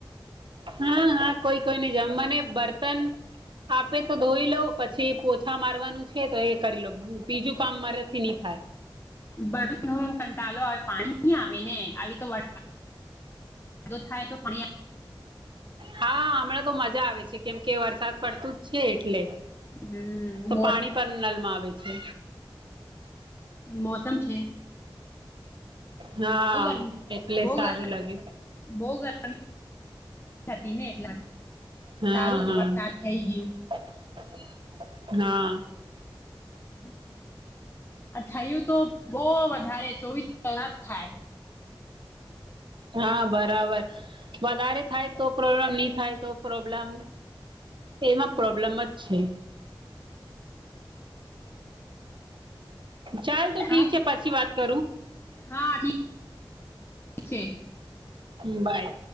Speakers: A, on the right; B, on the left.
A: હા હા કોઈ કોઈ ને જમવાને બર્તન આપે તો ધોઈ લોઉ પછી પોછા મારવાનું છે તો એ કરી લો બીજું કામ મારે એનાથી ની થાય.
B: બ હ કંટાલો આવે પાણી ન આવે ને આવી તો વરસાદ ધ થાય તો ફણી
A: હા હમણાં તો મજા આવે છે કેમ કે વરસાદ પડતું જ છે એટલે
B: હમ
A: તો
B: મોત
A: પાણી પણ નળમાં આવે છે.
B: મોસમ છે.
A: હા
B: બહુ ગરમી
A: એટલે
B: બહુ
A: સારું
B: ગર
A: લાગે
B: બહુ ગરમી હતી <unintelligible> ને એટલા માટે
A: હા
B: સારું કે વરસાદ થઈ
A: હા
B: ગયું
A: હા
B: હમ <unintelligible> અ થયું તો બો વધારે ચોવીસ કલાક થાય
A: હા બરાબર વધારે થાય તો પ્રોબ્લેમ ની થાય તો પ્રોબ્લેમ એમાં પ્રોબ્લેમ જ છે. ચાલ તો ઠીક
B: હા
A: છે પછી વાત કરું
B: હા થીક છે.
A: હમ બાય